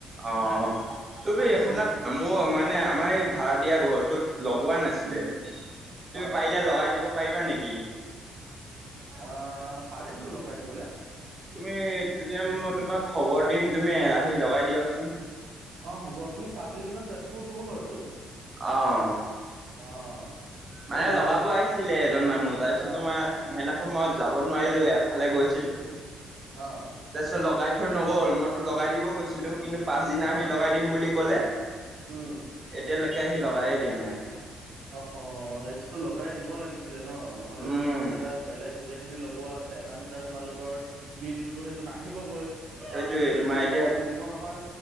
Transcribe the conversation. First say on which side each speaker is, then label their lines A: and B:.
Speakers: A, on the right; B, on the right.
A: অ' তুমি
B: সেইটো
A: শুনা
B: হিচাপত বেছি
A: মোৰ মানে আমাৰ এই ভাড়া দিয়া ঘৰটোত লগোৱা নাছিলে
B: উম
A: তুমি
B: অ
A: পাৰিলে লগাই দিব পাৰিবা নেকি?
B: অ' পাৰিম তো লগাই দিবলৈ
A: তুমি তোমাক খবৰ দিম তুমি আহি লগাই দিবাচোন।
B: অ হ'ব তুমি চাব ডিভিজন তেজপুৰ তোৰ হয়তো
A: অ'
B: অ' হেৰি
A: মানে লগা
B: এইটো
A: পোৱা আহিছিলে এজন মানুহ তাৰপিছত
B: অ
A: তোমাৰ সেনে সময়ত যাব নোৱাৰিলো এফালে গৈছিলো
B: অ
A: তাৰপিছত লগাই থৈ নগ'ল মইতো লগাই দিব কৈছিলোঁ কিন্তু পাছদিনা
B: অ
A: আহি লগাই দিম বুলি ক'লে
B: উম
A: এতিয়ালৈকে আহি লগাইে দিয়া নাই।
B: অ' সেইটোতো লগাই দিব লাগিছিলে ন নহলে
A: উম।
B: তোমাৰ এতিয়া বেলেগ গোটেই খিনি লগ আছে এটা মিটাৰ তোমালোকৰ বিলটোতো সেইটো নাহিবগৈ।
A: সেইটোয়ে
B: কাৰণ সেইটো
A: তোমাৰ
B: বিল
A: এতিয়া
B: বনাই নিদিব নহয়।